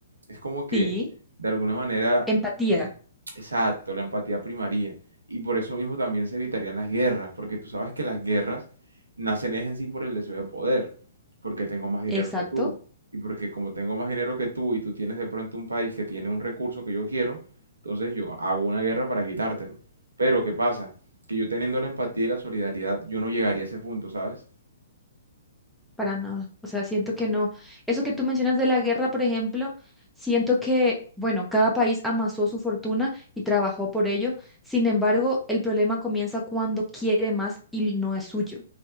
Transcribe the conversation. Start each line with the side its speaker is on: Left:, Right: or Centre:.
Right: Es como que
Centre: Sí,
Right: de alguna manera
Centre: Empatía,
Right: Exacto, la empatía primaría. Y por eso mismo también se evitarían las guerras, porque tú sabes que las guerras nacen es en sí por el deseo de poder, porque tengo más dinero
Centre: exacto.
Right: que tú. Y porque como tengo más dinero que tú y tú tienes de pronto un país que tiene un recurso que yo quiero, entonces yo hago una guerra para quitártelo. Pero ¿qué pasa? Que yo teniendo la empatía y la solidaridad, yo no llegaría a ese punto, ¿sabes?
Centre: Para nada. O sea, siento que no. Eso que tú mencionas de la guerra, por ejemplo, siento que, bueno, cada país amasó su fortuna y trabajó por ello. Sin embargo, el problema comienza cuando quiere más y no es suyo.